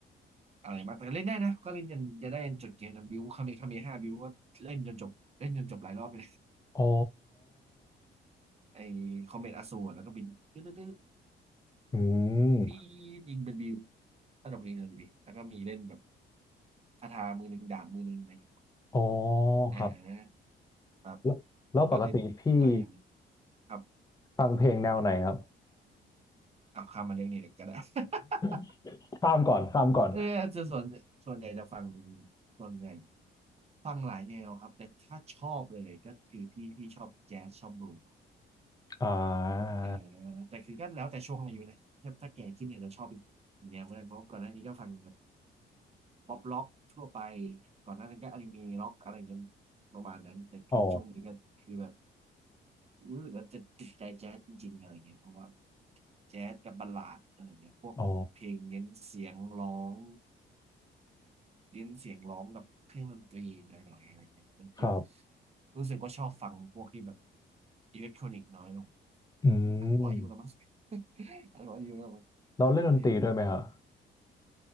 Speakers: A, on the right; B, on the left.
A: อะไรมากแต่ก็เล่นได้นะก็เล่นจนจะได้จนจบเกมนะบิวคาเมคาเมห้าบิวก็เล่นจนจบเล่นจนจบหลายรอบไป
B: อ๋อ
A: ไอ้คอมเมตอสูรแล้วก็บินตึ๊ดตึ๊ดตึ๊ด
B: อืม
A: ปีดยิงเป็นบิวถ้าดอกนี้เลยดีแล้วก็มีเล่นแบบคาถามือหนึ่งดาบมือหนึ่งอะไรอย่างเงี้ย
B: อ๋อ
A: อ่า
B: ครับ
A: ครับ
B: แล้วแล้วปกติพี่
A: ก็เล่นหลายอย่างครับ
B: ฟังเพลงแนวไหนครับ
A: เอาข้ามมาเรื่องนี้เลยก็ได้ <laughs>
B: <laughs> ข้ามก่อนข้ามก่อน
A: เออจะส่วนส่วนใหญ่จะฟังส่วนใหญ่ฟังหลายแนวครับ แต่ถ้าชอบเลยก็คือพี่พี่ชอบแจ๊สชอบบลูส์
B: อ่า
A: เออแต่คือก็แล้วแต่ช่วงอายุนะถ้าถ้าแก่ขึ้นเนี่ยจะชอบอีกแนวก็ได้เพราะก่อนหน้านี้ก็ฟัง ป๊อปล็อกทั่วไปก่อนหน้านั้นก็อนิเมะล็อกอะไรเงี้ยประมาณนั้นแต่คือช่วงนี้ก็คือแบบ
B: อ๋อ
A: รู้สึกว่าจะติดใจแจ๊สจริงๆอะไรเงี้ยเพราะว่าแจ๊สกับบัลลาดอะไรเงี้ยพวกเพลงเน้นเสียงร้อง
B: อ๋อ
A: เน้นเสียงร้องกับเครื่องดนตรีหน่อยๆอะไรเงี้ยมันจึง
B: ครับ
A: รู้สึกว่าชอบฟังพวกที่แบบอิเล็กทรอนิกส์น้อยลง
B: อื
A: อาจจะพออายุแล้วมั้ง
B: ม
A: <laughs> อาจจะพออายุแล้วมั้ง
B: เราเล่นดนตรีด้วยไหมฮะ
A: เออ